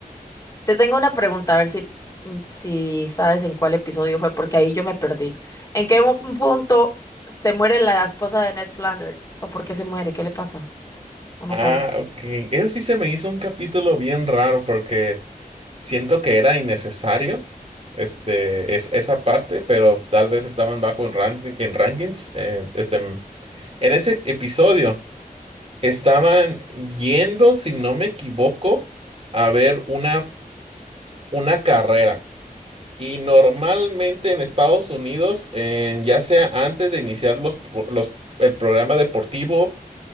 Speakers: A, on the left; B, on the right.
A: Te tengo una pregunta, a ver si, si sabes en cuál episodio fue, porque ahí yo me perdí. ¿En qué mo- punto se muere la esposa de Ned Flanders? ¿O por qué se muere? ¿Qué le pasa? ¿O no
B: Ah,
A: sabes?
B: ok. Eso sí se me hizo un capítulo bien raro porque... Siento que era innecesario este, es, esa parte, pero tal vez estaban bajo en, ranking, en rankings. eh, este, en ese episodio estaban yendo, si no me equivoco, a ver una, una carrera. Y normalmente en Estados Unidos, en, ya sea antes de iniciar los, pro- los- el programa deportivo,